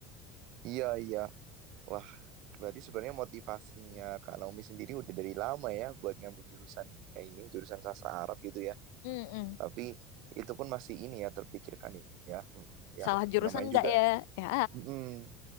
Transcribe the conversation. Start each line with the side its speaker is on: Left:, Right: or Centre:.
Right: iya iya wah berarti sebenarnya motivasinya Kak Naomi sendiri udah dari lama ya buat ngambil jurusan kayak ini jurusan sastra Arab gitu ya
Left: Mm-mm.
Right: tapi itu pun masih ini ya terpikirkan ya Mm, ya
Left: Salah jurusan
Right: namanya
Left: nggak
Right: juga
Left: ya? Ya,
Right: mm,